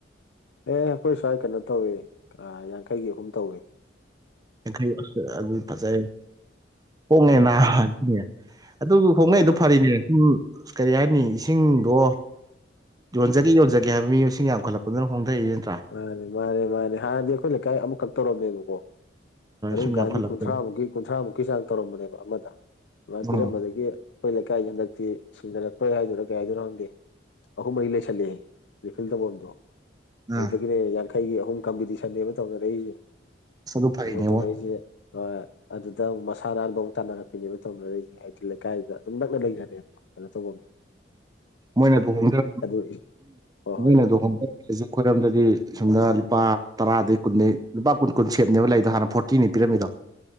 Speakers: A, on the left; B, on the right.
A: ꯑꯦ ꯑꯩꯈꯣꯏ ꯁ꯭ꯋꯥꯏ ꯀꯩꯅꯣ ꯇꯧꯏ ꯌꯥꯡꯈꯩꯒꯤ ꯑꯍꯨꯝ ꯇꯧꯏ
B: ꯌꯥꯡꯈꯩ ꯑꯗꯨꯗꯤ ꯐꯖꯩ ꯍꯣꯡꯉꯦꯅꯉꯦ
A: ꯑꯥ
B: ꯑꯗꯨ ꯍꯣꯡꯉꯛꯗꯣ
A: ꯍꯣꯏ ꯍꯣꯏ
B: ꯐꯔꯤꯅꯦ ꯁꯨꯝ ꯀꯔꯤ ꯍꯥꯏꯅꯤ ꯏꯁꯤꯡꯗꯣ ꯌꯣꯟꯖꯒꯦ ꯌꯣꯟꯖꯒꯦ ꯍꯥꯏꯕ ꯃꯤ ꯃꯁꯤꯡ ꯌꯥꯝꯈꯠꯂꯛꯄꯗꯨꯅ ꯍꯣꯡꯊꯛꯏ ꯅ꯭ꯠꯇꯔꯥ
A: ꯃꯥꯅꯦ ꯃꯥꯅꯦ ꯃꯥꯅꯦ ꯍꯥꯟꯅꯗꯤ ꯑꯩꯈꯣꯏ ꯂꯩꯀꯥꯏ ꯑꯃꯈꯛ ꯇꯧꯔꯝꯃꯦꯕꯀꯣ ꯑꯗꯨꯝ
B: ꯁꯨꯝ ꯌꯥꯝꯈꯠꯂꯛꯄꯗ
A: ꯀꯥꯟꯗꯤ ꯀꯨꯟꯊ꯭ꯔꯥꯃꯨꯛꯀꯤ ꯀꯨꯟꯊ꯭ꯔꯥꯃꯨꯛꯀꯤ ꯆꯥꯡ ꯇꯧꯔꯝꯕꯅꯦꯕ ꯑꯃꯗ ꯑꯗꯨꯃꯥꯏꯅ
B: ꯎꯝ
A: ꯄꯤꯔꯝꯕꯗꯒꯤ
B: ꯎꯝ
A: ꯑꯩꯈꯣꯏ ꯂꯩꯀꯥꯏ ꯍꯟꯗꯛꯇꯤ ꯁꯤꯁꯤꯡꯅꯔꯛꯄ꯭ꯔꯣꯏ ꯍꯥꯏꯗꯨꯔꯥ ꯀꯩ ꯍꯥꯏꯗꯣꯏꯅꯣ ꯈꯪꯗꯦ ꯑꯍꯨꯝ ꯃꯔꯤ ꯂꯩꯁꯜꯂꯛꯑꯦ ꯂꯤꯐꯤꯟ ꯇꯣꯕꯝꯗꯣ
B: ꯎꯝ
A: ꯑꯗꯨꯗꯒꯤꯅꯦ ꯌꯥꯡꯈꯩꯒꯤ ꯑꯍꯨꯝ ꯀꯝꯄꯤꯇꯤꯁꯟꯅꯤ ꯑꯃ ꯇꯧꯅꯔꯛꯏꯁꯦ
B: ꯑꯁ ꯑꯗꯨ
A: ꯑꯗ
B: ꯐꯩꯅꯦꯕꯣ
A: ꯃꯣꯏ ꯇꯧꯅꯔꯔꯤꯁꯦ ꯍꯣꯏ ꯑꯗꯨꯗ ꯑꯃꯨꯛ ꯃꯁꯥ ꯅꯥꯟꯕ ꯑꯃꯨꯛ ꯇꯥꯟꯅꯔꯛꯄꯤꯅꯦꯕ ꯇꯧꯅꯔꯛꯏꯁꯦ ꯍꯥꯏ ꯂꯩꯀꯥꯏꯁꯤꯗ ꯑꯗꯨꯝ ꯅꯛꯅ ꯂꯩꯅꯔꯦꯕ ꯀꯩꯅꯣ ꯇꯧꯕ
B: ꯃꯣꯏꯅꯗꯨ ꯍꯣꯡꯗ꯭ꯔꯦ
A: ꯑꯗꯨ ꯍꯣꯏ ꯍꯣꯏ
B: ꯃꯣꯏꯅꯗꯨ ꯍꯣꯡꯗ꯭ꯔ ꯑꯩꯁ ꯑꯩꯈꯣꯏꯔꯣꯝꯗꯗꯤ ꯁꯣꯝꯗ ꯂꯨꯄꯥ ꯇꯔꯥꯗꯒꯤ ꯀꯨꯟꯅꯤ ꯂꯨꯄꯥ ꯀꯨꯟ ꯀꯨꯟ ꯁꯦꯕꯅꯦꯕ ꯂꯩꯗ ꯍꯥꯟꯅ ꯐꯣꯔ ꯀꯤꯅꯤ ꯄꯤꯔꯝꯃꯤꯗꯣ